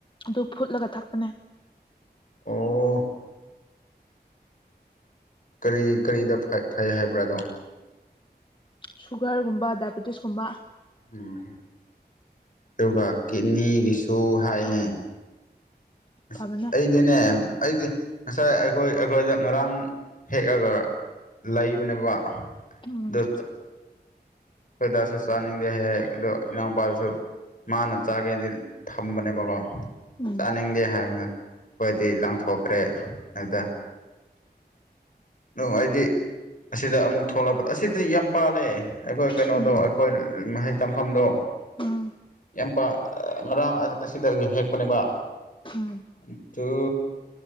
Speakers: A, on the left; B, on the left.
A: ꯑꯗꯨ ꯐꯨꯠꯂꯒ ꯊꯛꯄꯅꯦ
B: ꯑꯣ ꯀꯔꯤ ꯀꯔꯤꯗ ꯐꯩ ꯍꯥꯏꯕ꯭ꯔꯥꯗꯣ
A: ꯁꯨꯒꯔꯒꯨꯝꯕ ꯗꯥꯏꯕꯦꯇꯤꯁꯀꯨꯝꯕ
B: ꯎꯝ ꯑꯗꯨꯒ ꯀꯤꯠꯅꯤꯒꯤꯁꯨ ꯍꯥꯏꯌꯦ
A: ꯎꯝ
B: ꯑꯁ
A: ꯐꯕꯅꯦ
B: ꯑꯩꯗꯤꯅꯦ ꯑꯩꯗꯤ ꯉꯁꯥꯏ ꯑꯩꯈꯣꯏ ꯑꯩꯈꯣꯏꯗ ꯉꯔꯥꯡ ꯍꯦꯛꯑꯒ ꯂꯩꯕꯅꯦꯕ ꯑꯗꯨ
A: ꯎꯝ
B: ꯍꯣꯏꯗꯁꯨ ꯆꯥꯅꯤꯡꯗꯦ ꯍꯦꯛ ꯑꯗꯣ ꯏꯅꯥꯎꯄꯥꯗꯨꯁꯨ ꯃꯥꯅ ꯆꯥꯒꯦꯗꯤ ꯊꯝꯕꯅꯦꯕꯀꯣ
A: ꯎꯝ
B: ꯆꯥꯅꯤꯡꯗꯦ ꯍꯥꯏꯕꯗ ꯑꯩꯈꯣꯏꯗꯤ ꯂꯪꯊꯣꯛꯈ꯭ꯔꯦ ꯑꯗꯨꯗ ꯅꯨꯡꯉꯥꯏꯗꯤ ꯑꯁꯤꯗ ꯑꯃꯨꯛ ꯊꯣꯛꯂꯛꯄꯗ ꯑꯁꯤꯗꯤ ꯌꯥꯝ ꯄꯥꯜꯂꯦ ꯑꯩꯈꯣꯏ ꯀꯩꯅꯣꯗꯣ
A: ꯎꯝ
B: ꯑꯩꯈꯣꯏ ꯃꯍꯩ ꯇꯝꯐꯝꯗꯣ
A: ꯎꯝ
B: ꯌꯥꯝ ꯉꯔꯥꯡ ꯑꯁꯤꯗ ꯍꯦꯛꯄꯅꯦꯅꯕ
A: ꯎꯝ
B: ꯑꯗꯨ